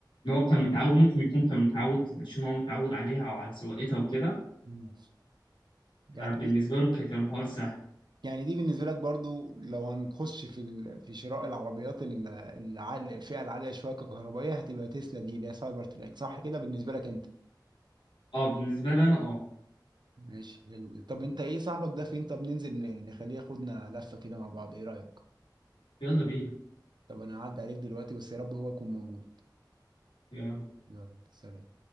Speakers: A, on the left; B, on the right.
A: ان هو كان متعود ممكن يكون كان متعود عشان هو متعود عليها او على سواقتها وكده
B: ماشي. يعني
A: فبالنسبة
B: دي
A: له كانت الحوار سهل
B: يعني دي بالنسبة لك برضو لو هنخش في ال... في شراء العربيات ال- العالية الفئة العالية شوية ككهربائية هتبقى تسلا دي اللي هي سايبر تراك صح كده بالنسبة لك انت
A: اه بالنسبة لي انا اه
B: ماشي حلو ده. طب انت ايه صاحبك ده فين طب ننزل ن- نخليه ياخدنا لفة كده مع بعض ايه رأيك
A: يلا بينا
B: طب انا هعدي عليك دلوقتي بس يا رب هو يكون موجود
A: يلا
B: يلا سلام